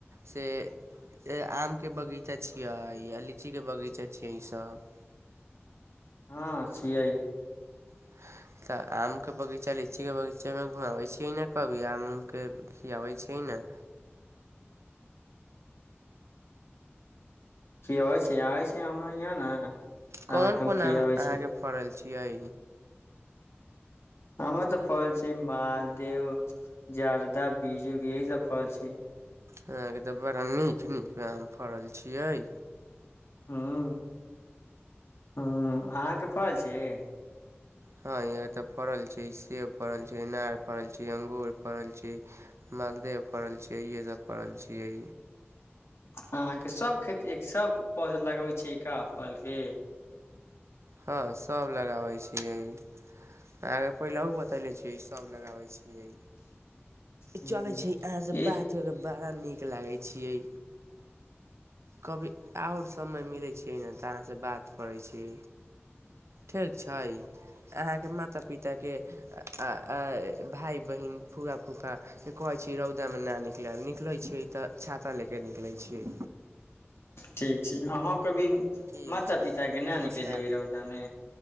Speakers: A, on the right (about 80°); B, on the left (about 70°).
A: से ए आमके बगीचा छियै आ लीचीके बगीचा छियै ईसभ
B: हाँ छियै
A: <unintelligible> तऽ आमके बगीचा लीचीके बगीचामे घुमाबै छियै ने कभी आम उमके खियाबै छियै न
B: खियावै छी आवै छै हमरा इहाँ ने
A: कोन
B: अहाँके
A: कोन
B: हम खियाबै
A: आम अहाँके
B: छी
A: फड़ल छियै
B: हमर तऽ फड़ल छियै मालदेव जर्दाह बीजुक यही सब फड़ल छियै
A: अहाँके तऽ बड़ा नीक नीक आम फड़ल छियै
B: हूँ हूँ अहाँके फड़ल छियै
A: हाँ यहाँ तऽ फड़ल छियै सेब फड़ल छै अनार फड़ल छै अंगूर फड़ल छै मालदेव फड़ल छियै इहे सब फड़ल छियै
B: अहाँके सब खेती एक सब पौधा लगवै छियै का फलके
A: हाँ सभ लगाबै छियै अहाँके पहिलेओ बतैले छियै ईसभ लगाबै छियै
B: हूँ
A: चलै छै अहाँसँ
B: ई
A: बात करके बड़ा नीक लागै छियै कभी आओर समय मिलैत छै ने तऽ अहाँसँ बात करैत छी। ठीक छै अहाँके माता पिताके आ। भााय बहिन फुआ फूका कहे छी रौद। कामे नहि निकलब निकलै छियै तऽ छाता ले के निकलै छियै।
B: ठीक छै अहाँ कभी
A: ठीक
B: माता
A: छै
B: पिताके न
A: नमस्कार
B: निकलि देबै रौदा मे।